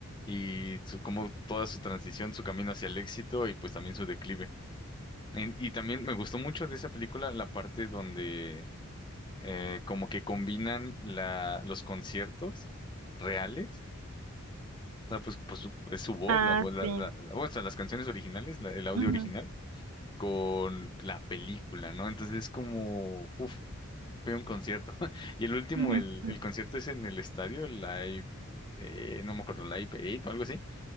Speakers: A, on the left (about 20°); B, on the right (about 85°).
A: y su, como toda su transición, su camino hacia el éxito y pues también su declive. En- y también me gustó mucho de esa película la parte donde eh, como que combinan la, los conciertos reales o sea, pues, pues su- es su voz,
B: Ah,
A: la voz, la,
B: sí.
A: la- la- o sea, las canciones originales, la- el audio
B: Ujú,
A: original, con la película, ¿no? Entonces es como, uff, fue un concierto. <laughs> Y el último,
B: ujú,
A: el,
B: ujú.
A: el concierto es en el estadio, el Live, eh, no me acuerdo, Live 8 o algo así.